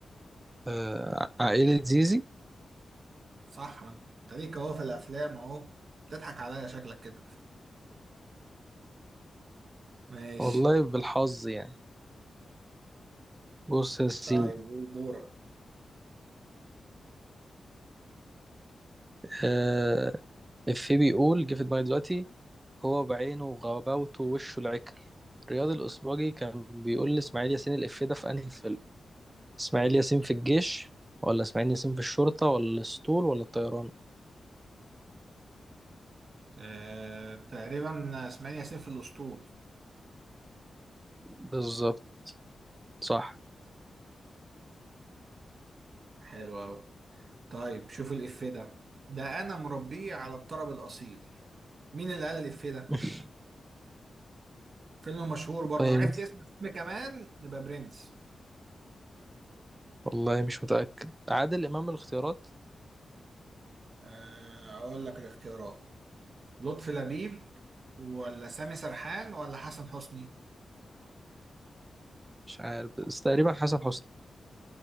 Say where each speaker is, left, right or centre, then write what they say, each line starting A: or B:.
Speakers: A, on the right (about 15°); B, on the right (about 50°).
A: آه، عائله زيزي
B: صح ما انت ليك اهو في الافلام اهو بتضحك عليا شكلك كده ماشي
A: والله بالحظ يعني بص يا سيدي
B: طيب قول دورك
A: آه، إفيه بيقول جه في دماغي دلوقتي هو بعينه وغباوته ووشه العكر رياض الاسباجي كان بيقول لاسماعيل ياسين الإفيه ده في انهي فيلم اسماعيل ياسين في الجيش ولا اسماعيل ياسين في الشرطه ولا الاسطول ولا الطيران
B: آه، تقريبا اسماعيل ياسين في الاسطول
A: بالظبط صح
B: حلو اوي طيب شوف الافيه ده ده انا مربيه على الطرب الاصيل مين اللي قال الافيه ده
A: <laughs>
B: فيلم مشهور برضه
A: طيب
B: عرفت اسم الفيلم كمان يبقى برنس
A: والله مش متأكد عادل إمام الاختيارات
B: آه، اقول لك الاختيارات لطفي لبيب ولا سامي سرحان ولا حسن حسني
A: مش عارف بس تقريبا حسن حسني